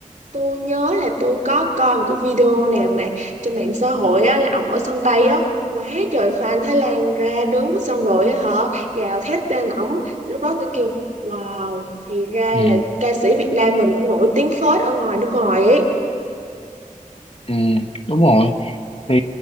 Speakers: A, on the right (about 65°); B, on the left (about 45°).
A: tôi nhớ là tôi có coi một cái video nào mà trên mạng xã hội á là ổng ở sân bay á quá trời fan Thái Lan ra đứng xong rồi á, họ gào thét tên ổng lúc đó tôi kêu wow thì ra
B: ừ,
A: là ca sĩ Việt Nam mình cũng nổi tiếng phết ở ngoài nước ngoài ấy
B: ừ, đúng rồi thì